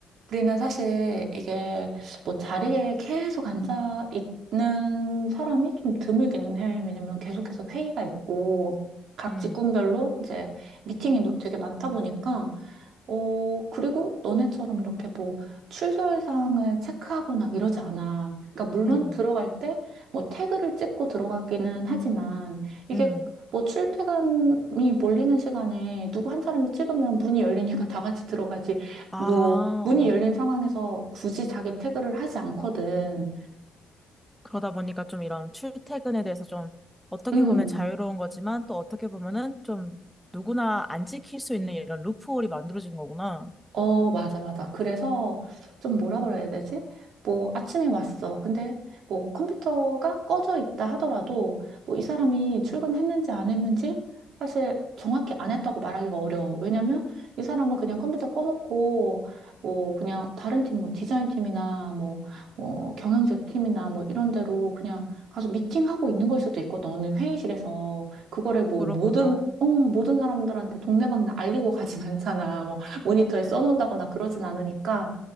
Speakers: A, on the right; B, in the centre.
A: 우리는 사실 이게 뭐 자리에 계속 앉아 있는 사람이 좀 드물긴 해. 왜냐면 계속해서 회의가 있고 각
B: 음,
A: 직군별로 이제 미팅이 노- 되게 많다 보니까 어, 그리고 너네처럼 이렇게 뭐 출결 사항을 체크하거나 이러지 않아. 그러니까 물론
B: 음,
A: 들어갈 때 뭐 태그를 찍고 들어가기는 하지만 이게
B: 음.
A: 뭐 출퇴근이 몰리는 시간에 누구 한 사람이 찍으면 문이 열리니까 <laughs> 다 같이 들어가지.
B: 아,
A: 뭐 문이
B: 어.
A: 열린 상황에서 굳이 자기 태그를 하지 않거든.
B: 그러다 보니까 좀 이런 출퇴근에 대해서 좀 어떻게
A: 음.
B: 보면 자유로운 거지만 또 어떻게 보면은 좀 누구나 안 지킬 수 있는 이런 루프홀이 만들어진 거구나.
A: 어, 맞아, 맞아. 그래서 좀 뭐라 그래야 되지? 뭐 아침에 왔어. 근데 뭐 컴퓨터가 꺼져 있다 하더라도 뭐 이 사람이 출근했는지 안 했는지 사실 정확히 안 했다고 말하기가 어려워. 왜냐면 이 사람은 그냥 컴퓨터 꺼놓고 뭐 그냥 다른 팀, 뭐 디자인 팀이나 뭐, 뭐 경영제 팀이나 뭐 이런 데로 그냥 가서 미팅하고 있는 걸 수도 있거든. 어느 회의실에서. 그거를 뭐
B: 그렇구나.
A: 모든, 어, 모든 사람들한테 동네방네 알리고 가진 <laughs> 않잖아. 뭐 모니터에 써놓는다거나 그러진 않으니까,